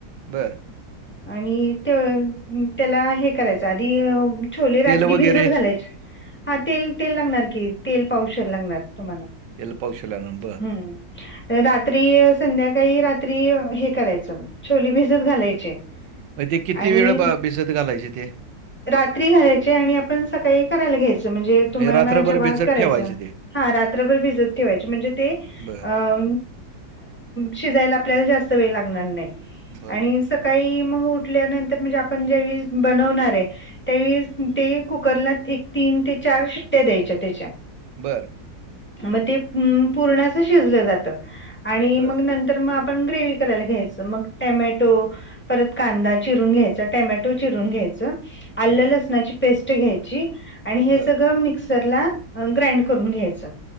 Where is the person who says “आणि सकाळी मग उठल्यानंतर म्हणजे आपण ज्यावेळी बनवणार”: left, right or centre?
Centre